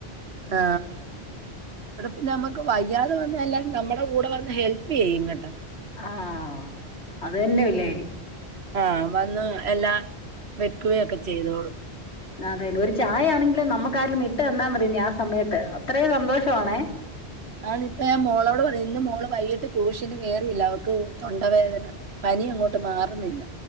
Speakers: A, on the right; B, on the left.
A: ആ ഇവിടെ പിന്നെ നമ്മുക്ക് വയ്യാതെ വന്ന എല്ലാരുംനമ്മുടെ കൂടെ വന്ന് ഹെൽപ്പ് എയ്യും ഇങ്ങട്ട്
B: ആഹ അത് തന്നെ വല്ല്യകാര്യം
A: ആഹ വന്ന് എല്ലാ വെക്കുകയൊക്കെ ചെയ്തോളും
B: ആ അതെ ലോറി ചായ ആണെങ്കിലിൽ നമ്മക്ക് ആരെങ്കിലും ഇട്ട് തന്ന മതി ഞാ സമയത്ത് അത്രയും സന്തോഷം അണ്
A: ആതിപ്പ മോളോട് പറിം ഇന്ന് മോള് വൈകിട്ട് ട്യൂഷന് കേയറിയില്ല അവക്ക് തൊണ്ടവേദന പനി അങ്ങോട്ട് മാറുന്നില്ല